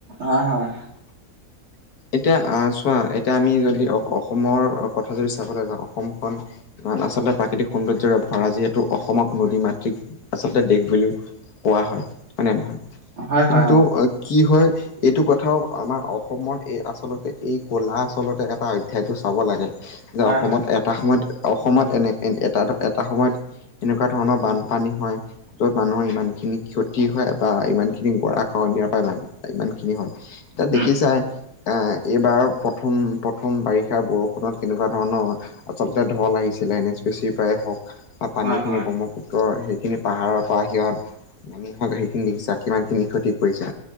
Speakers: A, on the right (about 65°); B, on the left (about 80°).
A: হয় হয়।
B: <inaudible> এতিয়া আহ চোৱা এতিয়া আমি যদি অসমৰ কথা যদি চাবলে যাওঁ অসমখন আচলতে প্ৰাকৃতিক সৌন্দৰ্যৰে ভৰা যিহেতু অসমক নদী মাতৃক আচলতে দেশ বুলিও কোৱা হয় হয়নে নহয়?
A: হয়
B: কিন্তু
A: হয় অ
B: কি হয় এইটো কথাও আমাৰ অসমৰ এই আচলতে এই কলা আচলতে এটা অধ্যায়টো চাব লাগে। যে
A: হয়
B: অসমত
A: হয়
B: এটা সময়ত অসমত এনে এটা এটা সময়ত এনেকুৱা ধৰণৰ বান পানী হয় য'ত মানুহৰ ইমান খিনি ক্ষতি হয় বা ইমান খিনি গৰা খহনীয়াৰ পৰা বান ইমান খিনি হয়, এতিয়া
A: উম
B: দেখিছাই এ এইবাৰৰ প্ৰথম প্ৰথম বাৰিষা বৰষুণত কেনেকুৱা ধৰণৰ আচলতে ঢল আহিছিলে এন এছ পি চিৰ পৰাই হওক বা পানী
A: হয়
B: খিনি
A: হয়
B: বক্ষ্মপুত্ৰ ত্ৰৰ সেইখিনি পাহাৰৰ পৰা সিয়া নামি হওক সেইখিনি দেখিছা কিমান খিনি ক্ষতি কৰিছে।